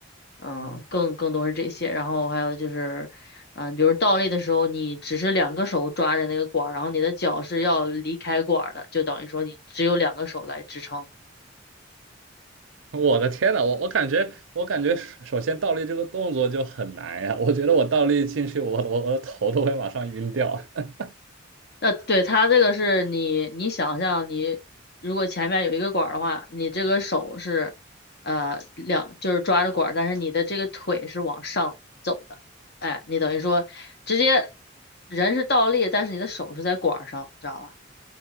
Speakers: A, on the left; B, on the right.
A: 嗯，
B: 嗯
A: 更更多是这些，然后还有就是，嗯、比如倒立的时候，你只是两个手抓着那个管儿，然后你的脚是要离开管儿的，就等于说你只有两个手来支撑。
B: 我的天呐，我我感觉我感觉首首先倒立这个动作就很难呀，我觉得我倒立进去，我我我的头都会马上晕掉。<laughs>
A: 那对它这个是你，你想象你如果前面有一个管儿的话，你这个手是，呃，两就是抓着管儿，但是你的这个腿是往上走的，哎，你等于说直接人是倒立，但是你的手是在管儿上，知道吧？